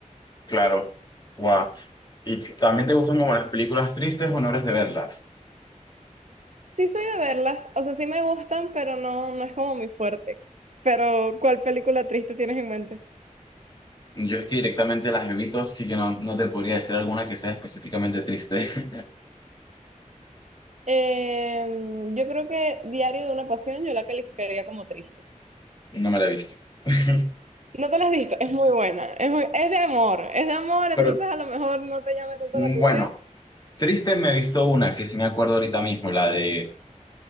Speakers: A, on the left (about 35°); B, on the right (about 60°).
A: claro. Guau. ¿Y también te gustan como las películas tristes o no eres de verlas?
B: Sí soy de verlas, o sea, sí me gustan, pero no, no es como mi fuerte. Pero, ¿cuál película triste tienes en mente?
A: Yo es que directamente las evito, así que no, no te podría decir alguna que sea específicamente triste. <laughs>
B: Eh, yo creo que Diario de una Pasión yo la calificaría como triste.
A: No me la he visto. <laughs>
B: No te la has visto, es muy buena, es, muy- es de amor, es de amor,
A: Pero
B: entonces a lo mejor no te llame tanto
A: mm,
B: la atención.
A: bueno, triste me he visto una que sí me acuerdo ahorita mismo, la de